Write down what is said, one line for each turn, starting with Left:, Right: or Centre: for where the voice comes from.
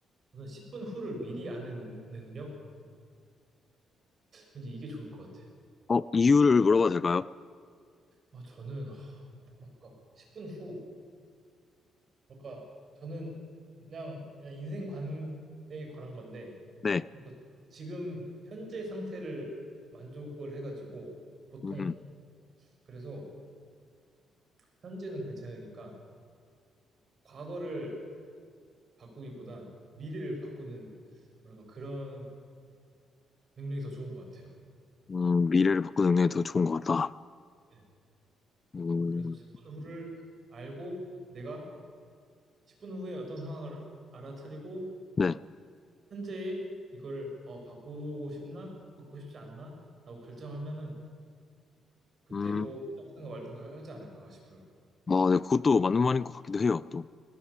Right: 저는 10분 후를 미리 아는 능력? 왠지 이게 좋을 것 같아요.
Left: 어, 이유를 물어봐도 될까요?
Right: 아, 저는 아, 뭐랄까 10분 후 뭐랄까 저는 그냥 그냥 인생 관에 관한 건데
Left: 네.
Right: 뭐랄까 지금 현재 상태를 만족을 해가지고 보통
Left: 음,
Right: 그래서 현재는 괜찮으니까 과거를 바꾸기보단 미래를 바꾸는 뭐랄까 그런 능력이 더 좋은 것 같아요.
Left: 음, 미래를 바꾸는 게 더 좋은 것 같다.
Right: 네.
Left: 음,
Right: 그래서 10분 후를 알고 내가 10분 후에 어떤 상황을 알아차리고
Left: 네.
Right: 현재의 이거를 어, 바꾸고 싶나? 바꾸고 싶지 않나? 라고 결정하면은 그때
Left: 음,
Right: 뭐 결정하든가 말든가 하- 하지 않을까 싶어요.
Left: 어, 네, 그것도 맞는 말인 것 같기도 해요, 또.